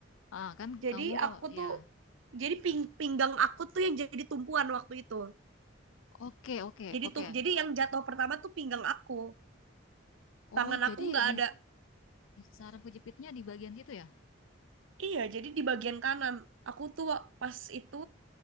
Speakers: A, on the left (about 75°); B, on the right (about 75°).
A: Ah, kan
B: Jadi
A: kamu
B: aku
A: ya.
B: tuh jadi ping pinggang aku tuh yang jadi tumpuan waktu itu.
A: Oke, oke,
B: Jadi
A: oke.
B: tuh jadi yang jatuh pertama tuh pinggang aku. Tangan
A: Oh, jadi
B: aku nggak
A: di
B: ada.
A: Saraf kejepitnya di bagian situ ya?
B: Iya, jadi di bagian kanan. Aku tuh pas itu